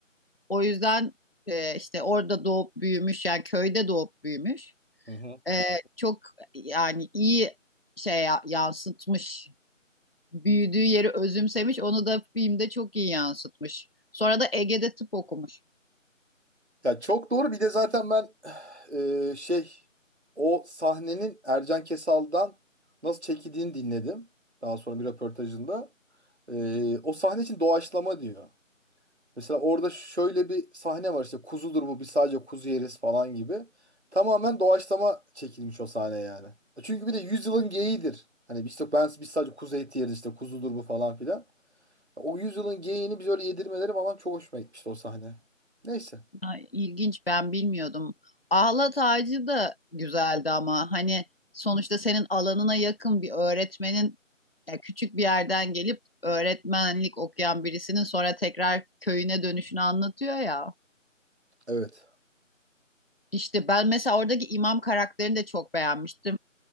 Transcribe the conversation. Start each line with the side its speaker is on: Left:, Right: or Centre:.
Left: O yüzden e, işte orada doğup büyümüş, yani köyde doğup büyümüş.
Right: Hı hı.
Left: E, çok yani iyi şey ya- yansıtmış büyüdüğü yeri özümsemiş. Onu da filmde çok iyi yansıtmış. Sonra da Ege'de tıp okumuş.
Right: Ya çok doğru. Bir de zaten ben <sighs> eee, şey o sahnenin Ercan Kesal'dan nasıl çekildiğini dinledim. Daha sonra bir röportajında. Eee, o sahne için doğaçlama diyor. Mesela orada şöyle bir sahne var işte kuzudur bu biz sadece kuzu yeriz falan gibi. Tamamen doğaçlama çekilmiş o sahne yani. Çünkü bir de yüzyılın geyiğidir. Hani biz işte ben biz sadece kuzu eti yeriz işte kuzudur bu falan filan. O yüzyılın geyiğini biz öyle yedirmeleri falan çok hoşuma gitmişti o sahne. Neyse.
Left: Ha, ilginç ben bilmiyordum. Ahlat Ağacı da güzeldi ama hani sonuçta senin alanına yakın bir öğretmenin ya küçük bir yerden gelip öğretmenlik okuyan birisinin sonra tekrar köyüne dönüşünü anlatıyor ya.
Right: Evet.
Left: İşte ben mesela oradaki imam karakterini de çok beğenmiştim.